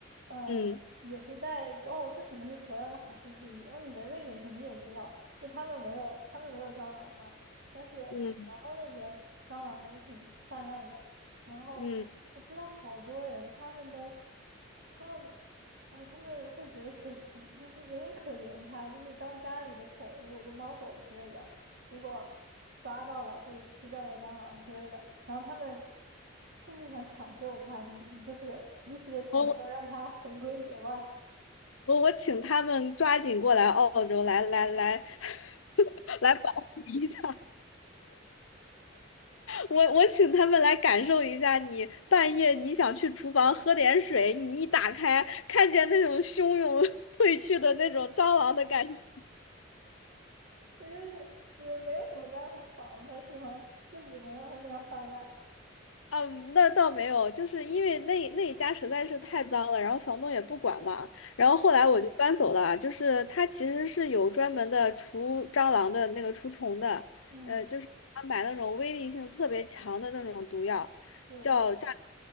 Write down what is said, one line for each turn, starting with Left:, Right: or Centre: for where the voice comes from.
Right: 嗯，
Left: 嗯
Right: 也是带哦，这可能是荷兰的好处之一。然后你在瑞典肯定也知道，就他们没有他们没有蟑螂嘛，但是然后那边蟑螂还是挺泛滥的。
Left: 嗯
Right: 然后我知道好多人，
Left: 嗯，
Right: 他们都他们哎，他们会觉得可惜，就是有点可怜他，就是当家里的宠物，就猫狗之类的，如果抓到了或者吃掉了蟑螂之类的。然后他们甚至想抢救他，你你就是及时的抢救，
Left: 我
Right: 让他回归野外。
Left: 我我请他们抓紧过来澳洲来来来 <laughs> 来保护一下。我我请他们来感受一下你，半夜你想去厨房喝点水，你一打开看见那种汹涌 <laughs> 退去的那种蟑螂的感觉。
Right: <laughs> 也就是你们没有什么办法防他，是吗？就只能让他那样泛滥。
Left: 啊，那倒没有，就是因为那那一家实在是太脏了，然后房东也不管嘛，然后后来我就搬走了啊。
Right: 嗯
Left: 就是他其实是有专门的除蟑螂的那个除虫的，
Right: 嗯，
Left: 呃，就是他买那种威力性特别强的那种毒药，
Right: 对，
Left: 叫炸。